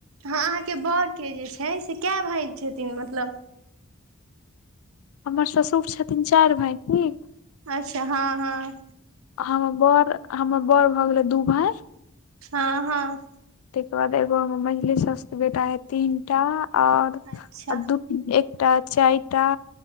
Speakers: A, on the right; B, on the left.
A: हँ अहाँ के बड़के जे छै से कए भाइ छथिन मतलब।
B: हमर ससुर छथिन चारि भाई ठीक।
A: अच्छा हँ हँ।
B: हमर बड़ हमर बड़ भऽ गेलै दू भाई।
A: हँ हँ।
B: ताहिके बाद एगो हमर मैझली सौसके बेटा हय तीनटा आऔर
A: अच्छा
B: दू। एकटा चारिटा